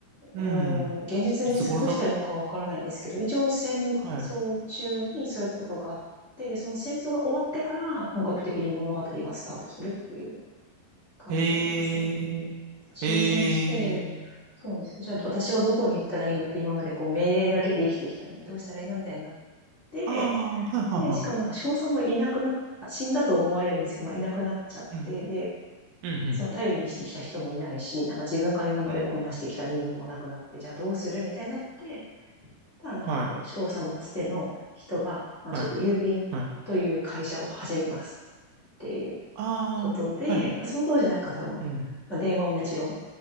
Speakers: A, on the right; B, on the left.
A: うん。
B: うーん、
A: うん。
B: 現実に即してるのかわからないですけど、
A: いつ頃だ
B: 一応戦争中にそういうことがあって、
A: はい。
B: で、その戦争が終わってから本格的に物語がスタートするっていう感じなんですね。
A: へえ、
B: 終戦して、
A: へえ。
B: そうなんですじゃあ私はどこに行ったらいいのって今までこう命令だけで生きてきたのにどうしたらいいのみたいになって、
A: ああ、はい、はい、
B: で、
A: は
B: しかもなんか少佐もいなくなっ、死んだと思われるんですけど、まあいなくなっちゃって、
A: い。うん、
B: で、
A: うん、うん。
B: その頼りにしてきた人もいないし、なんか自分が今までこんなしてきた任務もなくなって、
A: うん、
B: じゃあどうするみたいになって、ただなんかこの商社のつての人が、
A: はい、
B: まあちょっと郵便という会社を始めますっていう
A: はい、はい。ああ、
B: ことで、
A: はい。
B: まあその当時なんかその、
A: うん。
B: まあ電話ももちろん